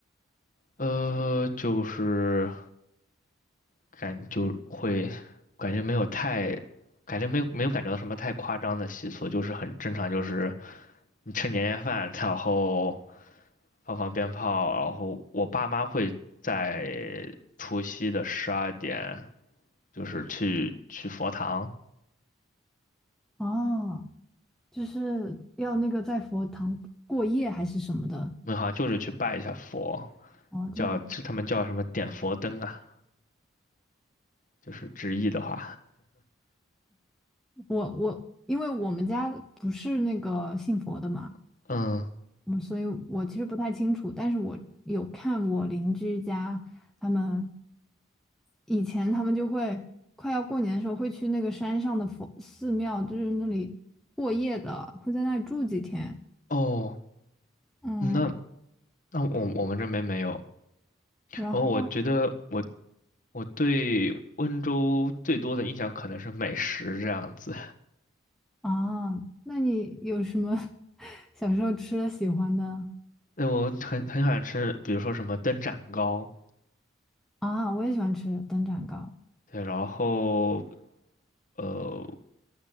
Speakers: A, on the left (about 40°); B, in the centre.
A: 呃，就是感就会感觉没有太，感觉没有没有感觉到什么太夸张的习俗，就是很正常，就是你吃年夜饭，然后放放鞭炮，然后我爸妈会在除夕的十二点，就是去去佛堂，
B: 哦，就是要那个在佛堂过夜还是什么的。
A: 那好像就是去拜一下佛，
B: 哦，
A: 叫他们叫什么点佛灯啊。
B: 这样，
A: 就是直译的话，
B: 我我因为我们家不是那个信佛的嘛，
A: <laughs> 嗯，
B: 嗯，所以我其实不太清楚，但是我有看我邻居家他们以前他们就会快要过年的时候会去那个山上的佛寺庙，就是那里过夜的，会在那里住几天，
A: 哦，
B: 嗯，
A: 那那我我们这边没有。
B: 然后
A: 不过我觉得我我对温州最多的印象可能是美食这样子。
B: 啊，那你有什么 <laughs> 小时候吃的喜欢的
A: 那我很很喜欢吃，比如说什么灯盏糕，
B: 啊，我也喜欢吃灯盏糕
A: 对，然后呃，